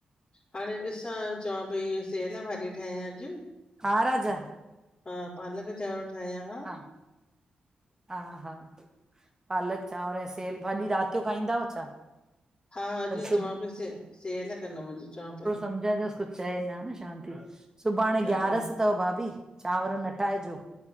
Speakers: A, on the left; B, on the right.
A: हाणे ॾिसां चवां पई सेअल भाॼी ठाहियां अॼु
B: हा राजा
A: हा पालक चांवर ठाहिया हआ
B: हा हा हा पालक चांवर ऐं सेेल भाॼी राति जो खाईंदा आयो छा
A: हा अॼु
B: वरी सुब
A: चवाां पई से सेअल कंदमि अॼु चवा पई
B: समझाएस कुझ चए न न शांती सुभाणे
A: तॾहिं
B: ग्यारस अथव भाभी चांवर न ठाहिजो